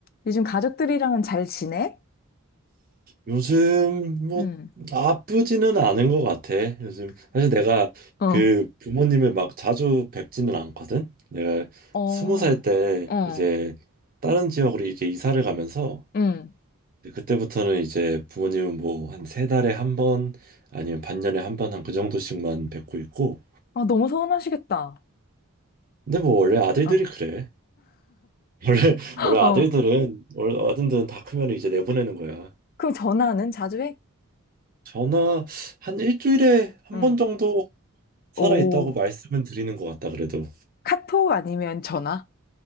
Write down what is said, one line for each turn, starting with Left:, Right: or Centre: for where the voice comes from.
Left: 요즘 가족들이랑은 잘 지내?
Right: 요즘 뭐
Left: 응,
Right: 나쁘지는 않은 것 같아. 요즘 사실 내가
Left: 어.
Right: 그 부모님을 막 자주 뵙지는 않거든. 내가
Left: 어,
Right: 스무 살 때
Left: 어,
Right: 이제 다른 지역으로 이제 이사를 가면서
Left: 응.
Right: 그때부터는 이제 부모님은 뭐 한 세 달에 한 번 아니면 반년에 한 번 한 그 정도씩만 뵙고 있고.
Left: 아, 너무 서운하시겠다.
Right: 근데 뭐 원래 아들들이
Left: 어.
Right: 그래. <laughs> 원래
Left: <laughs>
Right: 원래 아들들은
Left: 어,
Right: 원래 아들들은 다 크면 이제 내보내는 거야.
Left: 그럼 전화는 자주 해?
Right: 전화 한 일주일에 한
Left: 응.
Right: 번 정도 살아
Left: 오,
Right: 있다고 말씀은 드리는 것 같다 그래도
Left: 카톡 아니면 전화?